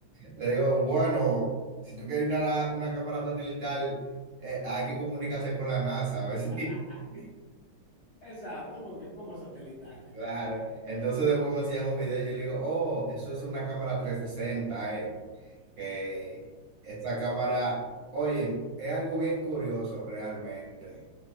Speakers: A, on the right; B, on the left.
A: le digo, bueno, si tú quieres instalar una cámara satelital, eh, hay que comunicarse con la NASA,
B: <laughs>
A: a ver si... <laughs>
B: Exacto, porque es como satelital.
A: Claro, entonces después me enseñan un video y yo le digo, oh, eso es una cámara 360 eh. que esta cámara, oye, es algo bien curioso realmente,